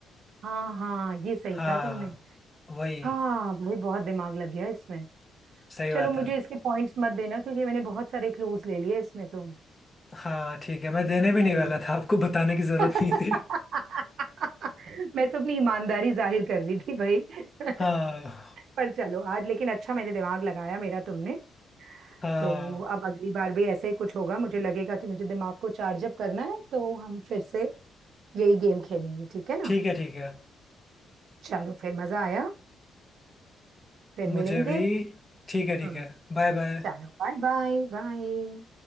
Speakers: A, on the right; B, on the left.
A: हाँ हाँ ये सही
B: हाँ
A: कहा तुमने
B: वही
A: हाँ भाई बहुत दिमाग लग गया इसमें
B: सही
A: चलो
B: बात
A: मुझे
B: है
A: इसके पॉइंट्स मत देना क्योंकि मैंने बहुत सारे क्लूज ले लिए इसमें तो
B: हाँ ठीक है मैं देने भी
A: अरे,
B: नहीं वाला था आपको बताने की जरूरत
A: <laughs>
B: नहीं थी
A: मैं तो अपनी ईमानदारी जाहिर कर रही थी भाई <laughs>
B: हाँ
A: पर चलो आज लेकिन अच्छा मैंने दिमाग लगाया मेरा तुमने
B: हाँ
A: तो अब अगली बार भी ऐसा ही कुछ होगा मुझे लगेगा कि मुझे दिमाग को चार्ज अप करना है तो हम फिर से यही गेम खेलेंगे ठीक है
B: ठीक
A: ना
B: है ठीक है
A: चलो फिर मजा आया फिर मिलेंगे
B: मुझे भी ठीक है ठीक
A: हाँ
B: है Bye bye
A: चलो बाय बाय बाय